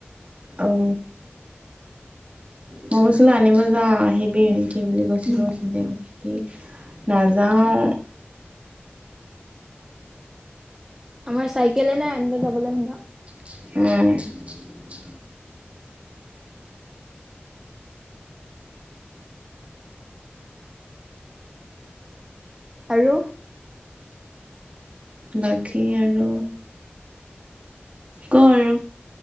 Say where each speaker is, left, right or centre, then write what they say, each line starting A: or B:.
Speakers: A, on the right; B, on the right.
A: অঁ মই কৈছিলো আনিব যাওঁ আহিবি সেই বুলি কৈছে
B: উম,
A: ক ধুনীয়া লাগে। কি নযাওঁ
B: আমাৰ চাইকেলে নাই আনিবা যাবলৈ হেতক
A: উম
B: আৰু
A: বাকী আৰু ক আৰু